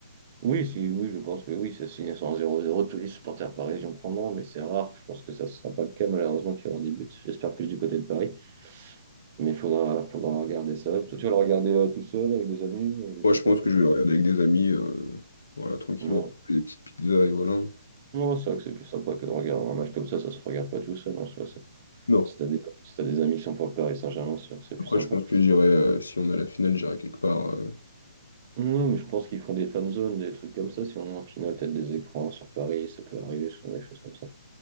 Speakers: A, on the right; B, on the left.
A: oui, si, oui, je pense que oui, ça signe sur un zéro. 0 tous les supporters parisiens prendront, mais c'est rare. Je pense que ça ne sera pas le cas, malheureusement, qu'il y aura des buts. J'espère plus du côté de Paris, mais il faudra, faudra regarder ça. Toi, tu vas le regarder euh, tout seul avec des amis, euh, je
B: Moi,
A: sais
B: je
A: pas.
B: pense que je vais le regarder avec des amis. euh, voilà, tranquille,
A: Non,
B: on va manger des petites pizzas et voilà.
A: non, c'est vrai que c'est plus sympa que de regarder un match comme ça, ça se regarde pas tout seul en soi.
B: Non.
A: Si t'as des, si t'as des amis qui sont pour le Paris Saint-Germain, c'est sûr que c'est plus
B: Après,
A: sympa.
B: je pense que j'irai, euh, si on a la finale, j'irai quelque part. euh,
A: Non, mais je pense qu'ils font des fan zones, des trucs comme ça. Si on a en finale, peut-être des écrans sur Paris, ça peut arriver, souvent des choses comme ça.